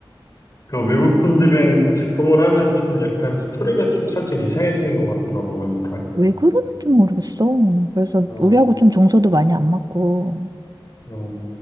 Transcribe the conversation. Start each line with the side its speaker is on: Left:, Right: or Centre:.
Left: 그러니까 외국 분들이랑 제품을 하면 좀 약간 스토리가 좀 살짝 이상해지는 것 같더라고 보니까.
Right: 왜 그러는지 모르겠어. 그래서
Left: 어,
Right: 우리하고 좀 정서도 많이 안 맞고.
Left: 어.